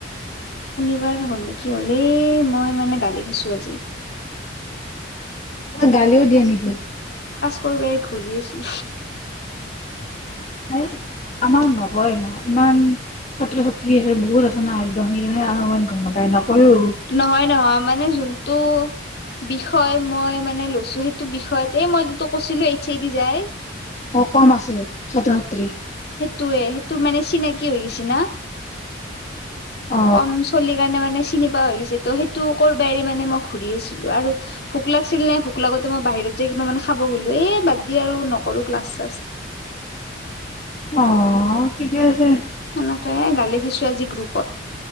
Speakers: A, on the left (about 55°); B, on the left (about 35°).
A: <unintelligible> নে কি হ'লে মই মানে গালি খাইছো আজি।
B: গালিও দিয়ে নেকি।
A: ক'ৰ বাই ঘূৰি আছি
B: <inaudible> আমাক নকয়, ইমান ছাত্ৰ- ছাত্ৰী আছে বহুত আছে না একদম সেইকাৰণে আৰু ইমান গম নাপায়। নকয়ও
A: নহয়- নহয় মানে যোন টো বিষয় মই মানে লৈছো, সেইটো বিষয়তে মই যিটো কৈছিলো এইচ এ দি যাই
B: অ' কম আছে ছাত্ৰ ছাত্ৰী।
A: টোয়ে সেইটোৰ মানে চিনাকি হৈ গৈছি না।
B: অ
A: কম চলি কাৰণে মানে চিনি পোৱা হৈ গৈছে ত' সেইটো কৰবা এৰি মানে মই ঘূৰি আছিলো আৰু ভোক লাগিছিল নে ভোক লাগোতে মই বাহিৰত যাই কিবা মানে খাব গ'লো এ বাদ দি আৰু নকৰো ক্লাছ চাছ।
B: অ' ঠিকে আছে।
A: সেনেকে গালি খাইছো আজি গ্ৰুপত,